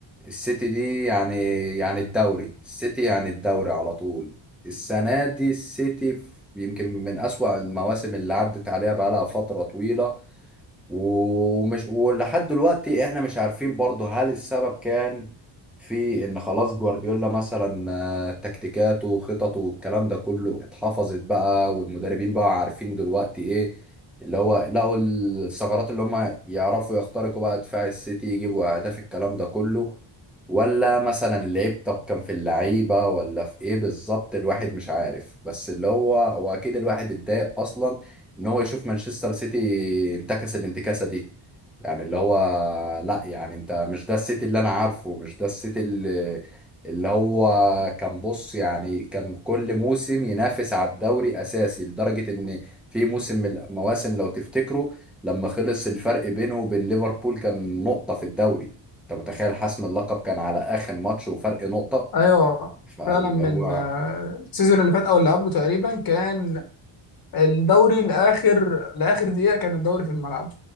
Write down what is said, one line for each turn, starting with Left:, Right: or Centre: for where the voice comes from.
Centre: السيتي دي يعني يعني الدوري السيتي يعني الدوري على طول السنه دي السيتي في- يمكن من اسوأ المواسم اللي عدت عليها بقالها فتره طويله ومش ولحد دلوقتي احنا مش عارفين برضه هل السبب كان في ان خلاص جوارديولا مثلا آه، تكتيكاته وخططه والكلام ده كله اتحفظت بقى والمدربين بقى عارفين دلوقتي ايه اللي هو لقوا الثغرات اللي هم يعرفوا يخترقوا بقى دفاع السيتي يجيبوا اهداف الكلام ده كله ولا مثلا اللعيب طب كان في اللعيبة ولا في ايه بالظبط الواحد مش عارف بس اللي هو هو اكيد الواحد اتضايق اصلا ان هو يشوف مانشستر سيتي انتكس الانتكاسه دي يعني اللي هو لا يعني انت مش ده السيتي اللي انا عارفه مش ده السيتي اللي اللي هو كان بص يعني كان كل موسم ينافس على الدوري اساسي لدرجه ان في موسم من المواسم لو تفتكروا لما خلص الفرق بينه وبين ليفربول كان نقطه في الدوري انت متخيل حسم اللقب كان على اخر ماتش وفرق نقطه
Left: ايوه
Centre: فاللي
Left: فعلا من
Centre: هو
Left: آه، السيزون اللي فات او اللي قبله تقريبا كان الدوري لاخر لاخر دقيقه كان الدوري في الملعب